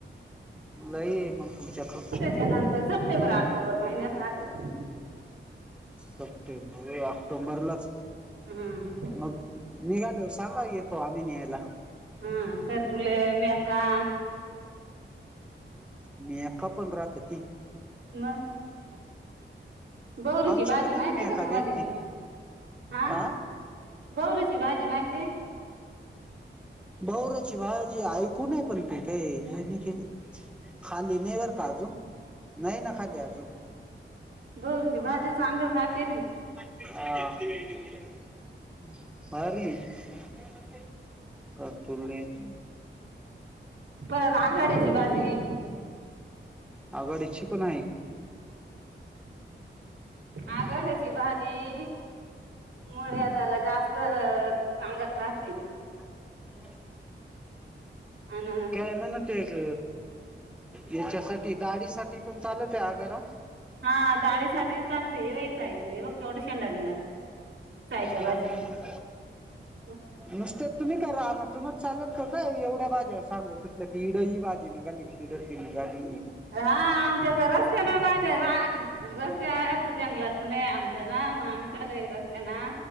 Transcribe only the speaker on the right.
च्यानंतर सप्टेंबर ऑक्टोंबर महिन्यात राहत्यात
हम्म
हां करलें मे का?
मं गौरीची
भाजी
माहितेयं
का तुम्हाली?
आं
बऊरीची भाजी माहितीये?
बऊरीची भाजी चांगल राहते ना
परत आघाड्याची भाजी
आघाडयाची भाजी मुळव्यादाला जास्त चांगल राहती.
अन
हां दाढेसाठी चालूदे रेवेचायचं बघ केवढा शेंडा निघाला चायच्या
<inaudible>
हां आमच्याकड रस्त्यानं भा ज्या रा रस्ते आहेत जंगलातनये आमचे ना मग आम्ही चालोय रस्त्या ना